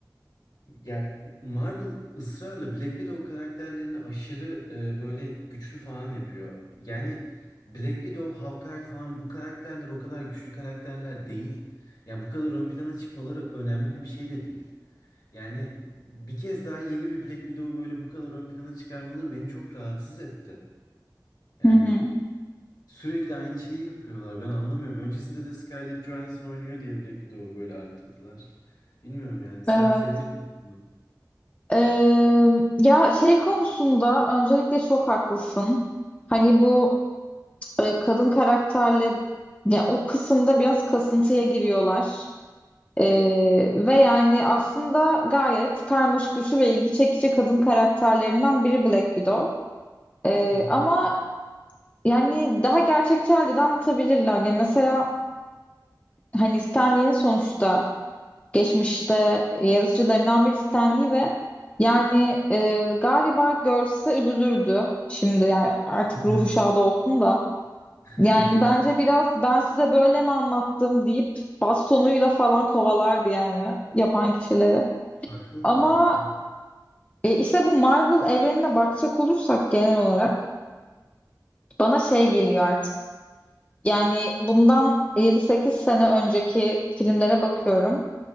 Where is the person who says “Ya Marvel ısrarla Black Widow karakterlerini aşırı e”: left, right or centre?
Left